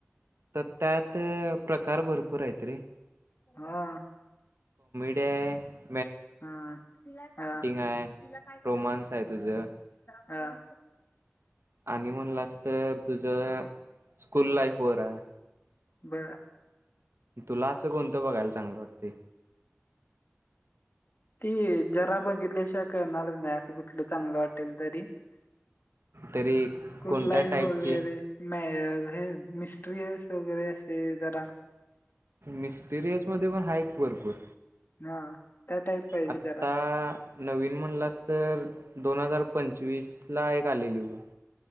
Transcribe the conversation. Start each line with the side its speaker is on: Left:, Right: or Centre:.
Right: तर त्यात प्रकार भरपूर आहेत रे
Left: हा
Right: ते
Left: त तला
Right: आहे
Left: काय क
Right: रोमांस आहे तुझं
Left: हा
Right: आणि म्हणला अस तर तुझ स्कूल लाईफ वर आहे
Left: बळा
Right: तुला असं कोणतं बघायला चांगलं वाटते
Left: ते जरा बघितल्याशावा काणाज नाही असं कुठलं चांगलं वाटेल तरी स्कूल
Right: तरी कोणत्या
Left: लाईफ
Right: टाईपची
Left: वगैरे म हे मिस्टरी यस वगैरे असं ते जरा
Right: मिस्टिरियस मध्ये पण आहे की भरपूर
Left: हा त्या टाईप पाहिजे
Right: आता
Left: जरा
Right: नवीन म्हणलास तर दोन हजार पंचवीस ला एक आलेली बग